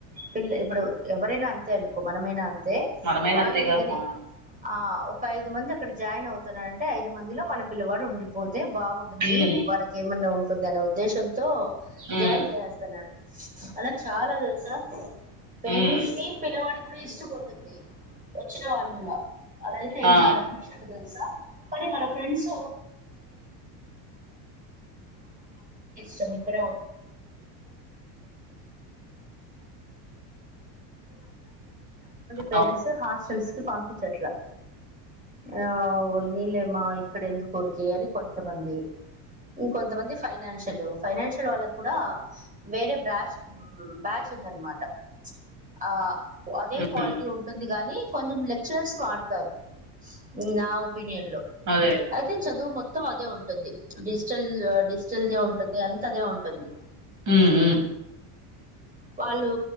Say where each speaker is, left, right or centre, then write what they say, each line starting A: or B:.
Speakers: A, on the right; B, on the right.
A: పిల్ల ఇప్పుడు ఎవరైనా అంతే అనుకో మనమైనా అంతే అదే
B: మనమేనా
A: వాళ్ళ
B: అంతేగా
A: మీదని
B: ఆ
A: ఆ ఒక ఐదు మంది అక్కడ జాయిన్ అవుతారనంటే ఐదు మందిలో మన పిల్లవాడు ఉండిపోతే బాగుంటుంది
B: ఉమ్
A: వాళ్ళకెమన్న దన ఉద్దేశం తో
B: ఉమ్
A: జాయిన్ చేస్తున్నాడు అలా చాలా తెలుసా పేరెంట్స్కి
B: ఉమ్
A: పిలవ ఇష్ట కొ వచ్చిన వారమలా అలా అయితే ఐదారు
B: ఆ
A: అడ్మిషన్ తెలుసా పొనీ మన ఫ్రెండ్స్ సరే పేరెంట్స్
B: అవును
A: హాస్టల్స్ కి పంపించట్లా ఆ వన్నీ లేమా ఇక్కడ ఎ కోరికేయాలి కొంతమంది ఇంకొంతమంది ఫైనాన్షియల్ ఫైనాన్షియల్ వాళ్ళకు కూడా వేరే బ్రాచ్ బ్యాచ్ ఉంది అన్నమాట ఆ అదే
B: ఉమ్
A: క్వాల ఇది కాని కొంచెం లెక్చర్స్ వాడతారు నా ఒపీనియన్ లో
B: అదే
A: అయితే చదువు మొత్తం అదే ఉంటుంది ల్ డిజిటల్ దే ఉంటుంది అ అదే ఉంటుంది
B: ఉ ఉ
A: వాళ్ళు